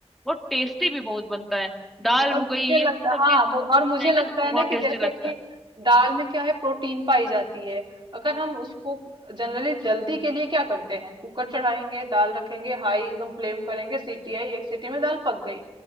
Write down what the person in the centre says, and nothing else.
वो टेस्टी भी बहुत बनता है दाल
हो
गई ये
सब
चीजें
खाएंगे
तो
बहुत
टेस्टी
लगता
है